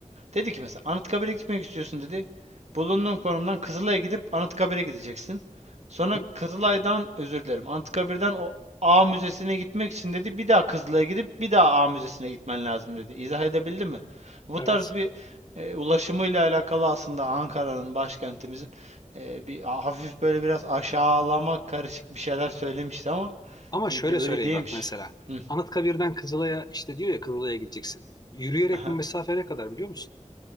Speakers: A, on the right (about 65°); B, on the left (about 30°).
A: Dedi ki mesela Anıtkabir'e gitmek istiyorsun dedi. Bulunduğun konumdan Kızılay'a gidip Anıtkabir'e gideceksin. Sonra
B: Hı hı.
A: Kızılay'dan özür dilerim. Anıtkabir'den o A Müzesi'ne gitmek için dedi bir daha Kızılay'a gidip bir daha A Müzesi'ne gitmen lazım dedi. İzah edebildim mi? Bu
B: Evet.
A: tarz bir e, ulaşımıyla alakalı aslında Ankara'nın başkentimizin e, bir hafif böyle biraz aşağılama karışık bir şeyler söylemişti ama
B: Ama
A: e,
B: şöyle
A: de öyle
B: söyleyeyim
A: değilmiş.
B: bak mesela.
A: Hı.
B: Anıtkabir'den Kızılay'a işte diyor ya Kızılay'a gideceksin. Yürüyerek
A: Aha.
B: bu mesafe ne kadar biliyor musun?